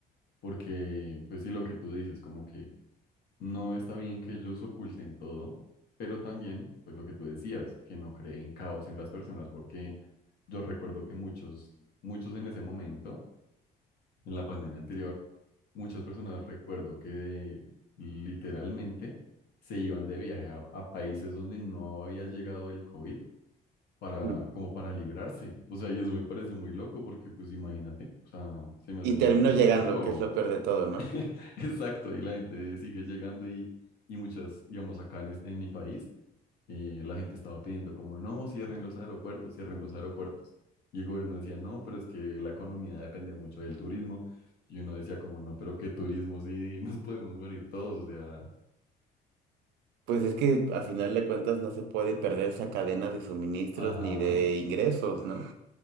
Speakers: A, on the left; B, on the right.
A: porque pues sí, lo que tú dices, como que No está bien que ellos oculten todo, pero también, pues lo que tú decías, que no creen caos en las personas, porque yo recuerdo que muchos, muchos en ese momento, en la pandemia anterior, muchas personas recuerdo que literalmente se iban de viaje a, a países donde no había llegado el COVID para,
B: Mm.
A: como para librarse. O sea, y eso me parece muy loco, porque pues imagínate, o sea, se me hace
B: Y
A: muy
B: termino llegando,
A: loco.
B: que es lo peor de todo, ¿no?
A: <laughs> Exacto, y la gente sigue llegando y, y muchas, digamos, acá en, es- en mi país, eh, la gente estaba pidiendo como, no, cierren los aeropuertos, cierren los aeropuertos. Y el gobierno decía, no, pero es que la economía depende mucho del turismo. Y uno decía como, no, pero qué turismo, sí, <laughs> nos podemos morir todos, o sea,
B: Pues es que a final de cuentas no se puede perder esa cadena de suministros
A: ajá,
B: ni de ingresos, ¿no?